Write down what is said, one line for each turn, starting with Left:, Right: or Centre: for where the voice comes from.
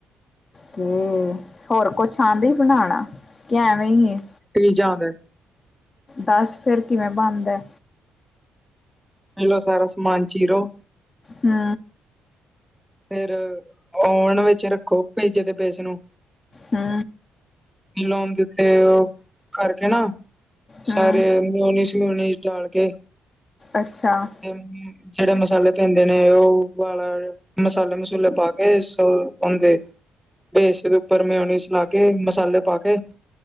Left: ਕਿ ਹੋਰ ਕੁਛ ਆਂਦੇ ਹੀ ਬਣਾਉਣਾ? ਕਿ ਐਵੇਂ ਹੀ ਹੈ।
Centre: ਟੀ ਜਾਦੈ।
Left: ਦਸ ਫੇਰ ਕਿਵੇਂ ਬਣਦੈ?
Centre: ਪੈਲੋ ਸਾਰਾ ਸਮਾਨ ਚੀਰੋ
Left: ਹੂੰ।
Centre: ਫੇਰ ਓਵਨ ਵਿੱਚ ਰੱਖੋ ਪੀਜ਼ੇ ਦੇ ਪੇਸ ਨੂੰ
Left: ਹੂੰ
Centre: ਮਿਲੋਨ ਜਿਥੇ ਓ ਕਰਕੇ ਨਾ
Left: ਹੂੰ
Centre: ਸਾਰੇ ਮਿਓਨਿਸ-ਮਿਓਨਿਸ ਡਾਲ ਕੇ
Left: ਅੱਛਾ।
Centre: <unintelligible> ਜੇੜੇ ਮਸਾਲੇ ਪੈਂਦੇ ਨੇ ਓ ਪਾ ਲੈਨੇ। ਮਸਾਲੇ -ਮਸੂਲੇ ਪਾ ਕੇ ਸੋ ਔੰਦੇ ਬੇਸ ਦੇ ਉੱਪਰ ਮਿਯੋਨਿਸ ਲਾ ਕੇ, ਮਸਾਲੇ ਪਾ ਕੇ